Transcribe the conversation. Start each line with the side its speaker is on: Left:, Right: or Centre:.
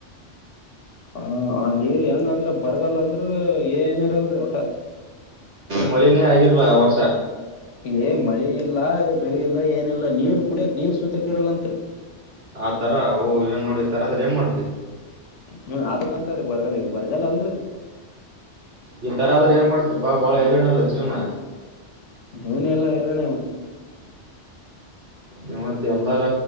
Left: ಹ ಅಲ್ಲಿ ಹೆಂಗಂದ್ರ ಬರ್ಗಲ್ಲ ಅಂದ್ರ ಏನಿರಲ್ರಿ ಒಊಟ
Right: ಮಳಿನೇ ಆಗಿರ್ಲ ಆ ವರ್ಷ
Left: ಏ ಮಳೆ ಇಲ್ಲ ಬೆಳಿ ಇಲ್ಲ ಏನಿಲ್ಲ ನೀರ್ ಕುಡಿಯಕ್ ನೀರ್ ಸೂತಕ್ ಇರಲ್ಲತ್ರಿ
Right: ಆ ತರ ಓ ಏನ್ ನೋಡಿ ತರದ್ರ ಏನ್ ಮಾಡ್ದ
Left: ಹ್ಮ್ ಅದಕ್ಕಂತೀ ಬರಗಾಲ ಇದು ಬರಗಾ ಅಲ್ರರಿ ಅದು
Right: ಈ ತರ ಆದ್ರ ಏನ್ ಮಾಡ್ತಿಪ್ಪಾ ಬಾಳ ಏರಿಯನ ಇಲ್ಲ ಜೀವ್ನ
Left: ಜೋನಿ ಎಲ್ಲ ಇರೋಣೆ ಮತ್
Right: ನೋಡ್ತಿ ಎಲ್ಲಾರ